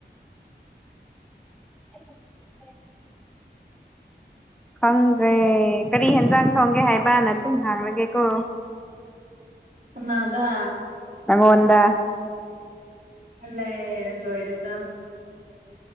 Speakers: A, in the centre; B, on the right.
A: <unintelligible> ꯈꯪꯗ꯭ꯔꯦ ꯀꯔꯤ ꯌꯦꯦꯟꯖꯥꯡ ꯈꯪꯒꯦ ꯍꯥꯏꯕꯅ ꯑꯗꯨꯝ ꯍꯥꯡꯂꯒꯦꯀꯣ
B: ꯎꯗ
A: ꯅꯉꯣꯗ
B: ꯑꯂꯦ ꯂꯣꯏꯔꯦꯗ